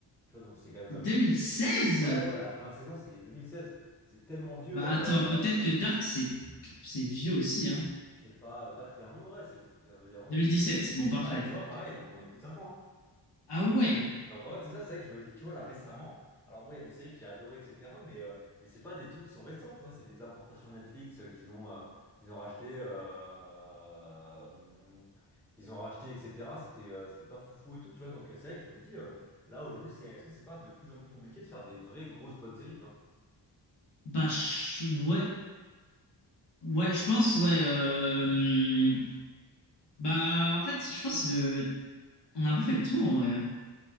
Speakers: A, in the centre; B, on the left (about 65°).
A: tu vois, donc c'est quand même,
B: 2016?
A: euh, ouais, ouais, la première saison, c'est 2016, c'est tellement vieux,
B: Bah
A: euh,
B: attends, peut-être que Dark, c'est c'est vieux aussi, hein.
A: je sais pas, Dark, il y a un monde, ouais, c'est- il y a il y a un monde,
B: 2017,
A: c'est vieux aussi, hein.
B: bon, parfait.
A: Ouais, tu vois, pareil, donc on est plus de 5 ans, hein.
B: Ah ouais.
A: Donc en fait, c'est ça, c'est vrai que je me dis, tu vois, là récemment, alors moi, il y a des séries que j'ai adorées, etc., mais, euh, mais c'est pas des trucs qui sont récents, tu vois, c'est des importations Netflix euh, qu'ils ont, euh, qu'ils ont racheté, euh, hum, qu'ils ont racheté, etc. C'était euh, c'était pas foufou et tout, tu vois, donc euh, c'est vrai que je me dis, euh, là aujourd'hui, c'est, est-ce que c'est pas de plus en plus compliqué de faire des vraies grosses bonnes séries, tu vois?
B: Bah, je- ouais. Ouais, je pense, ouais. euh, hum, Bah, en fait, je pense que on a un peu fait le tour, en vrai. hein.